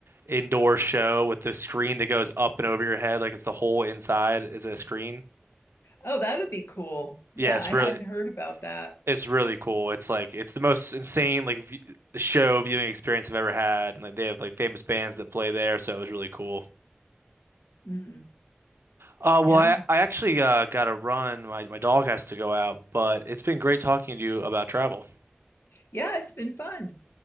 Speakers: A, on the right; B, on the left.
A: indoor show with the screen that goes up and over your head, like it's the whole inside is a screen.
B: Oh, that would be cool. Yeah,
A: Yeah, it's
B: I hadn't
A: really
B: heard about that.
A: it's really cool. It's like it's the most insane like v show viewing experience I've ever had. And like they have like famous bands that play there, so it was really cool.
B: Mm,
A: Uh,
B: yeah.
A: well, I I actually uh, got to run. My my dog has to go out, but it's been great talking to you about travel.
B: Yeah, it's been fun.